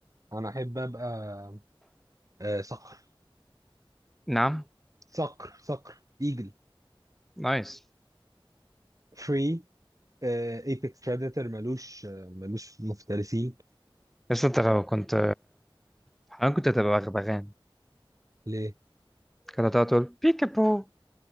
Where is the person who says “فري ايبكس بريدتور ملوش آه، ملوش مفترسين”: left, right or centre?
Right